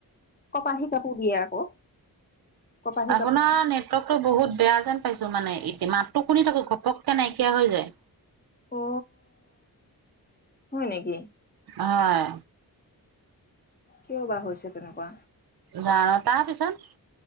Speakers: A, on the left (about 25°); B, on the right (about 70°).
A: কপাহী কাপোৰ দিয়ে আকৌ। কপাহী
B: আপোনাৰ
A: কাপোৰ
B: নেটৱৰ্কতটো বহুত বেয়া যেন পাইছো। মানে ইতিমাত শুনি থাকো ঘপককে নাইকিয়া হৈ যায়।
A: অ হয় নেকি?
B: হয়
A: কিয় বা হৈছে তেনেকুৱা।
B: জান তাৰ পিছত